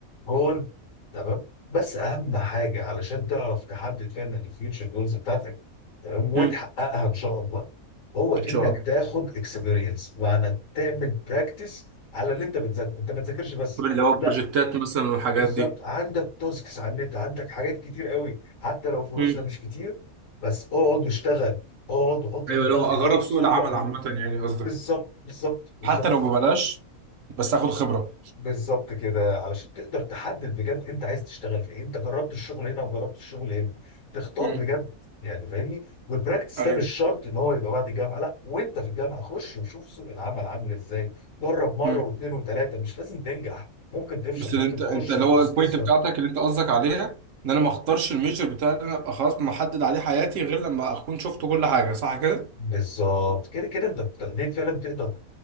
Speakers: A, on the left; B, on the right.
A: جون تمام بس اهم حاجه علشان تعرف تحدد فعلا الفيوتشر جولز بتاعتك تمام وتحققها
B: مم.
A: ان شاء الله هو انك
B: ان شاء الله
A: تاخد اكسبيرينس معنى تعمل براكتس على اللي انت بتذاكره انت ما تذاكرش بس
B: اللي هو بروجكتات
A: لا
B: مثلا والحاجات
A: بالظبط
B: دي
A: عندك تاسكس على النت عندك حاجات كتير قوي حتى لو فلوسها
B: مم.
A: مش كتير بس اقعد واشتغل اقعد وحط
B: ايوه
A: في دماغك
B: لو اجرب
A: هاو تو
B: سوق
A: سولف
B: العمل عامه يعني قصدك
A: بالظبط بالظبط بالظبط
B: حتى لو ببلاش بس اخد خبره
A: بالظبط كده علشان تقدر تحدد بجد انت عايز تشتغل في ايه انت جربت الشغل هنا وجربت الشغل هنا تختار
B: مم.
A: بجد يعني فاهمني والبراكتس
B: ايوه
A: ده مش شرط ان هو يبقى بعد الجامعه لا وانت في الجامعه خش وشوف سوق العمل عامل ازاي جرب مره
B: مم.
A: واثنين وثلاثه مش لازم تنجح ممكن تفشل
B: بس اللي
A: ممكن
B: انت
A: تخش
B: انت اللي
A: الكورس
B: هو البوينت
A: تسأل
B: بتاعتك اللي انت قصدك عليها ان انا ما اختارش الميجر بتاعي اللي انا ابقى خلاص محدد عليه حياتي غير لما اكون شفت كل حاجه صح كده
A: بالظبط كده كده انت ابتديت فعلا تقدر